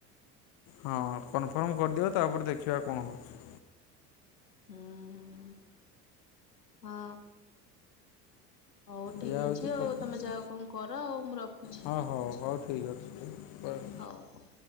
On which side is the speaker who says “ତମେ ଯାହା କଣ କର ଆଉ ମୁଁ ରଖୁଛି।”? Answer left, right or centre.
Left